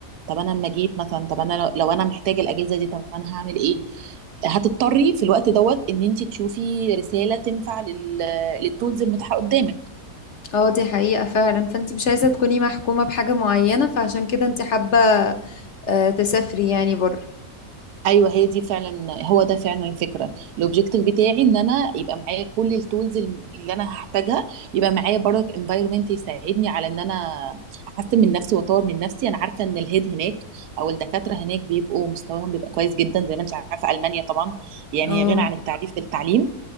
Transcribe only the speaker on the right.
طب انا لما جيت مثلا طب انا لو لو انا محتاجه الاجهزه دي طب انا هعمل ايه هتضطري في الوقت دوت ان انت تشوفي رساله تنفع لل- للتولز المتاحه قدامك
ايوه هي دي فعلا هو ده فعلا الفكره الاوبجيكتيف بتاعي ان انا يبقى معايا كل التولز اللي انا هحتاجها يبقى معايا برضك انفايرمنت يساعدني على ان انا احسن من نفسي واطور من نفسي انا عارفه ان الهيد هناك او الدكاتره هناك بيبقوا مستواهم بيبقى كويس جدا زي ما انت عارفه المانيا طبعا يعني
غنى عن التعريف في التعليم